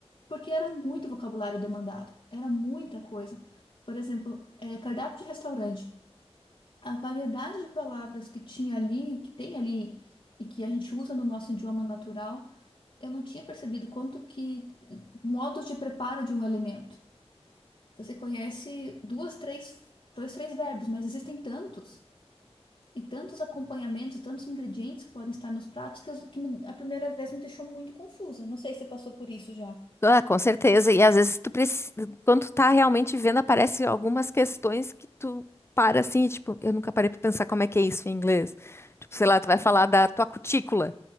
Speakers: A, on the left; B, on the left.
A: Porque era muito vocabulário demandado, era muita coisa. Por exemplo, eh, cardápio de restaurante. A variedade de palavras que tinha ali, que tem ali, e que a gente usa no nosso idioma natural, eu não tinha percebido quanto que modos de preparo de um elemento. Você conhece duas, três, dois, três verbos, mas existem tantos, e tantos acompanhamentos, tantos ingredientes que podem estar nos pratos, que, as- que me- a primeira vez me deixou muito confusa. Não sei se você passou por isso já.
B: Ah, com certeza. E às vezes tu precisa, quando tu tá realmente vendo, aparecem algumas questões que tu para assim, e, tipo, eu nunca parei pra pensar como é que é isso em inglês. Tipo, sei lá, tu vai falar da tua cutícula.